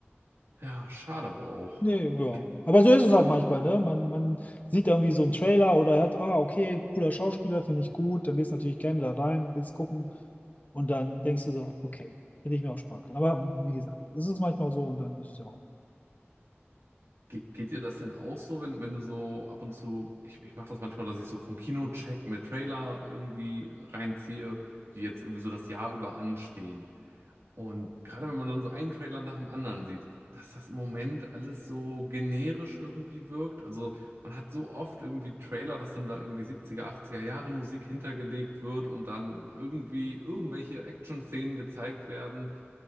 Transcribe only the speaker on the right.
ja, schade aber auch.
Ge
ge geht dir das denn auch so, wenn, wenn du so ab und zu, ich, ich mache das manchmal, dass ich so vom Kinocheck mit Trailer irgendwie reinziehe, die jetzt irgendwie so das Jahr über anstehen. Und gerade wenn man dann so einen Trailer nach dem anderen sieht, dass das im Moment alles so generisch irgendwie wirkt. Also man hat so oft irgendwie Trailer, dass dann da irgendwie 70er, 80er Jahre Musik hintergelegt wird und dann irgendwie irgendwelche Action-Szenen gezeigt werden.